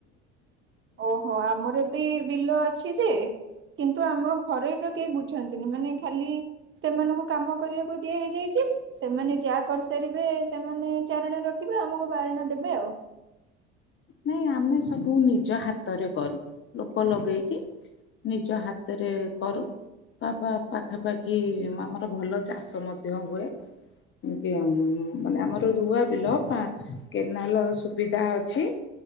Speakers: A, on the right; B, on the left.
A: ଓହୋ ଆମର ବି ବିଲ ଅଛି ଯେ କିନ୍ତୁ ଆମ ଘରେ ଏଟା କେହି ବୁଝନ୍ତିନି ମାନେ ଖାଲି ସେମାନଙ୍କୁ କାମ କରିବାକୁ ଦିଆ ହେଇଯାଇଚି ସେମାନେ ଯାହା କରିସାରିବେ ସେମାନେ ଚାରଣା ରଖିବେ ଆମକୁ ବାରଣା ଦେବେ ଆଉ।
B: ନାଇଁ ଆମେ ସବୁ ନିଜ ହାତରେ କରୁ ଲୋକ ଲଗେଇକି ନିଜ ହାତରେ କରୁ। ବାବା ପାଖାପାଖି ଆମର ଭଲ ଚାଷ ମଧ୍ୟ ହୁଏ। ବାକି ଆମ୍ ମାନେ ଆମର ରୁଆ ବିଲ ପା କେନାଲ ସୁବିଧା ଅଛି।